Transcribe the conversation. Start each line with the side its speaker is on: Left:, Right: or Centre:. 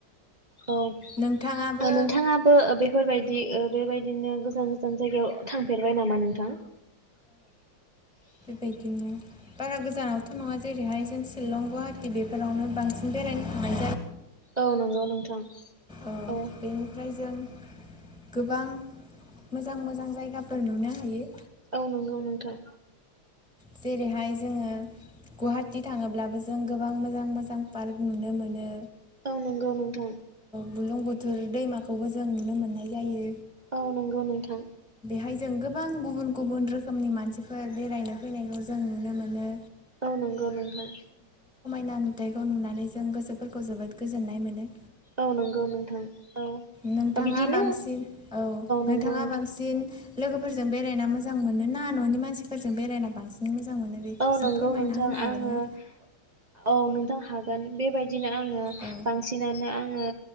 Right: औ
Centre: नोंथाङाबो
Right: औ नोंथाङाबो ओ बेफोरबायद दि ओ बेबायदिनो गोजान गोजान जायगायाव थांफेरबाय नामा नोंथां? <inaudible>
Centre: बायदिनो बारा गोजानावथ' नङा जेरैहाय जों शिलं, गुहाटि बेफोरावनो बांसिन बेरायनो थांनाय
Right: औ नंगौ नोंथां।
Centre: ओ
Right: औ
Centre: बेनिफ्राय जों गोबां मोजां मोजां जायगाफोर नुनो हायो।
Right: औ नंगौ नोंथां।
Centre: जेरैहाय जोङो गुहाटि थाङोब्लाबो जों गोबां मोजां मोजां पार्क नुनो मोनो।
Right: औ नंगौ नोंथां।
Centre: बुलुं बुथुर दैमाखौबो जों नुनो मोननाय जायो।
Right: औ नंगौ नोंथां।
Centre: हायजों गोबां गुबुन गुबुन रोखोमनि मानसिफोर बेरायनो फैनायखौ जों नुनो मोनो।
Right: औ नंगौ नोंथां
Centre: ना नुथायखौ नुनानै जों गोसोफोरखौ जोबोद गोजोननाय मोनो
Right: औ नंगौ नोंथां औ
Centre: नोंथाङा
Right: बिदिनो
Centre: बांसिन औ नोंथाङा
Right: नंगौ नोंथां
Centre: बांसिन लोगोफोरजों बेरायना मोजां मोनो ना न'नि मानसिफोरजों बेरायना बांसिन मोजां मोनो बे
Right: औ
Centre: एसे
Right: नंगौ
Centre: फोरमायना
Right: नोंथां
Centre: होनो हागोन
Right: आङो
Centre: ना?
Right: औ नोंथां हागोन बेबायद दिनो आङो
Centre: औ
Right: बांसिनानो आङो